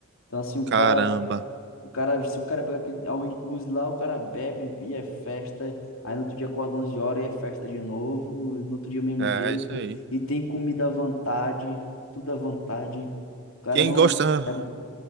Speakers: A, on the left (about 70°); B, on the right (about 50°).
A: Então assim, o
B: caramba.
A: cara, o cara, se o cara pegar aqui ao inclusive lá, o cara bebe e é festa, aí no outro dia acorda 11 horas e é festa de novo, no outro dia o mesmo
B: É,
A: jeito,
B: é isso aí.
A: e tem comida à vontade, tudo à vontade. O cara
B: Quem
A: não...
B: gosta,
A: É, bom-